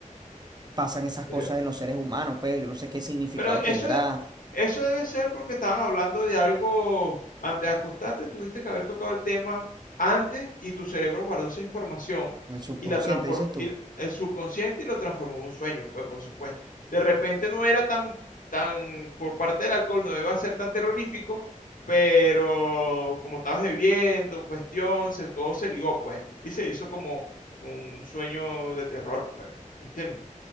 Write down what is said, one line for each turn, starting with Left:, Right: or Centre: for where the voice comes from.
Right: pasan esas cosas
Left: eh,
Right: en los seres humanos, pues yo no sé qué significado
Left: Pero eso,
Right: tendrá
Left: eso debe ser porque estaban hablando de algo antes de acostarte, tuviste que haber tocado el tema antes y tu cerebro guardó esa información
Right: en el subconsciente,
Left: y la transformó,
Right: dices tú.
Left: el subconsciente y lo transformó en un sueño, pues por supuesto. De repente no era tan, tan, por parte del alcohol no iba a ser tan terrorífico, pero como estabas bebiendo, cuestión, se- todo se ligó, pues, y se hizo como un sueño de terror, pues, ¿entiendes?